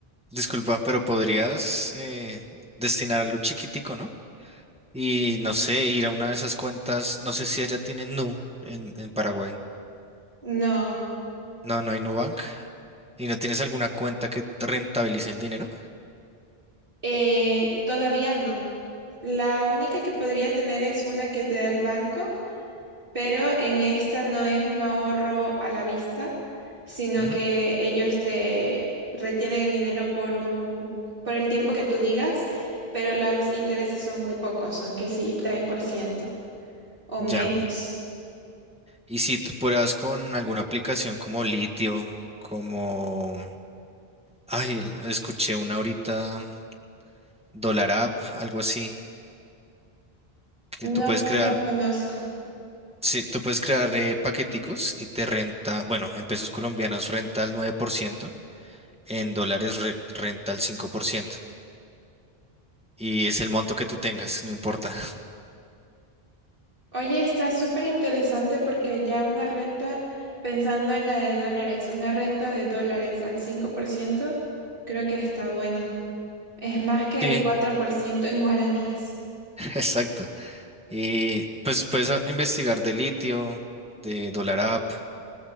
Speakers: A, in the centre; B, on the right.
A: disculpa, pero podrías eh, destinar algo chiquitico, ¿no? Y no sé, ir a una de esas cuentas, no sé si allá tienen Nu en, en Paraguay.
B: no,
A: No, no hay Nubank. ¿Y no tienes alguna cuenta que te rentabilice el dinero?
B: eh, todavía no. La única que podría tener es una que te da el banco pero en esta no es un ahorro a la vista, sino
A: Ujú.
B: que ellos te retienen el dinero por un, por el tiempo que tú digas, pero los intereses son muy pocos, son que sí, 3% o
A: Ya.
B: menos.
A: Y si tú pruebas con alguna aplicación como Litio, como... Ay, el- escuché una ahorita, Dollar App, algo así, que
B: No,
A: tú puedes crear,
B: no conozco.
A: sí, tú puedes crear eh, paqueticos y te renta, bueno, en pesos colombianos renta el nueve por ciento en dólares re- renta el cinco por ciento Y es el monto que tú tengas, no importa. <laughs>
B: Oye, está súper interesante porque ya una renta, pensando en la de dólares, una renta de dólares al 5%, creo que está bueno. Es más que
A: Sí,
B: el 4% en guaraníes.
A: Exacto. Y pues puedes a- investigar de litio, de Dollar App,